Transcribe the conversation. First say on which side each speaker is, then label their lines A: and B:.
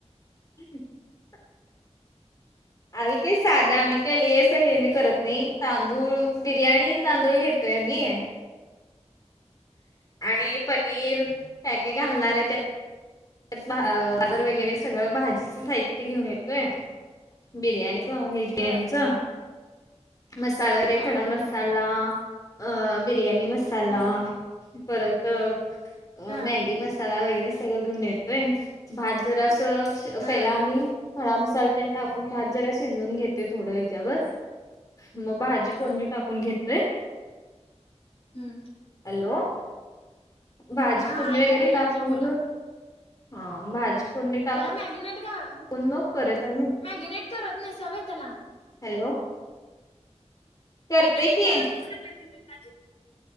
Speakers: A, on the left; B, on the left.
A: ह <inaudible> आम्ही काही साधा आम्ही काय लि असं हे नाही करत नाही तांदूळ बिर्याणी तांदूळ घेतोय मी आणि पनीर पॅके घालणार आहे त बाजर वगैरे सगळं भाजीच साहित्य घेऊन येतोय बिर्याणी च वेहेज बिर्याणी
B: बर
A: च मसाला वगैरे
B: हा
A: खडा मसाला अ बिर्याणी मसाला
B: हम्म
A: परत अ
B: हा
A: मॅगी मसाला वगैरे सगळं घेऊन येतोय भात जरा असं
B: हा
A: पहिला आम्ही हड मसा त्यांनी टाकून भात जरा शिजवून घेते थोडं ह्याच्यावर मग भाजी फोडणी
B: बर
A: टाकून घेतय
B: हम्म
A: हॅलो भाजी
B: हा
A: फोडणी
B: हा ऐकायला
A: वगैरे
B: लागली
A: टाकून
B: की बोला
A: घेऊन हा भाजी फोडणी टाक
B: त्याला मॅगिनेट घर
A: पन मग, परत आम्ही
B: मॅगिनेट करत नाही सा वय त्याला.
A: हॅलो करते
B: मॅगिनेट
A: की
B: करत नाही स काही तुम्ही माझे